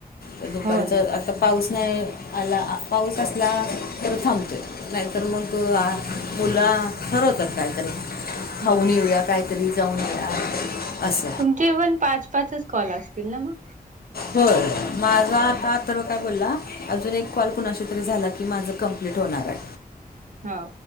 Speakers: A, on the left; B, on the right.
A: तर दुपारचा
B: हो ना
A: आता पाऊस नाही आला. पाऊस असला तर थांबतोय. नाहीतर मग आ मुल ठरवतात काय ते. खाऊन
B: हम्म
A: येऊया काहीतरी. जाऊन येऊया अस.
B: तुमचे पण पाच पाचच कॉल असतील ना मग.
A: होय, माझा आता अथर्व काय बोलला अजून एक कॉल कुणाशी तरी झाला की माझ कंप्लीट होणार आहे.
B: हा